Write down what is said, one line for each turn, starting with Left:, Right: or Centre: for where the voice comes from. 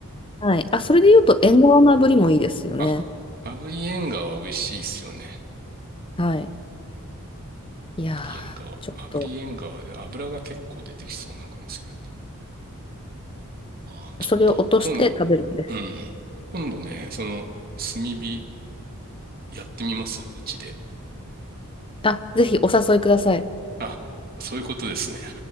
Left: はい。あ、それで言うと、縁側の炙りもいいですよね。
Right: あ、炙り縁側美味しいっすよね。
Left: はい。いやー、
Right: 炙り縁側。
Left: ちょっと、
Right: 炙り縁側で油が結構出てきそうな感じですけどね。まあ、ちょっと、
Left: それを落として食べるんです。
Right: 今度、うん。今度ね、その、炭火やってみますうちで。
Left: あ、ぜひお誘いください。
Right: あ、そういうことですね。